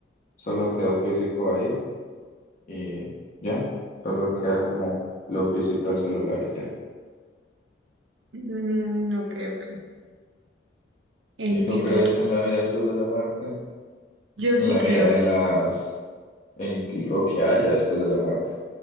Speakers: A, on the left; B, on the right.
A: solo quedó físico ahí y ya, solo queda como lo físico del celular y ya.
B: Mm, ok, ok. Entiendo
A: ¿Y tú crees
B: todo.
A: en la vida después de la muerte?
B: Yo
A: En
B: sí
A: la
B: creo,
A: vida, en las, en lo que haya después de la muerte.